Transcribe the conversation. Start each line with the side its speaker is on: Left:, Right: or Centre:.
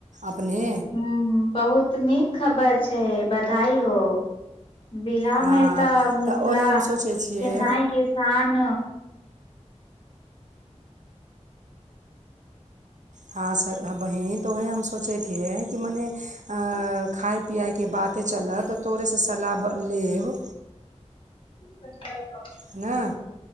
Right: अपने
Left: हूँ बहुत नीक खबर छै बधाई हो बिहार
Right: हँ
Left: मे तऽ मिथिला
Right: ओहे हम सोचै छियै
Left: खेनाइ किसान
Right: हँ सर बहीन त ओह हम सोचे हे कि मने खाइ पियाइके बाते चलत तोरेसँ सलाह लेब
Left: ह
Right: है ने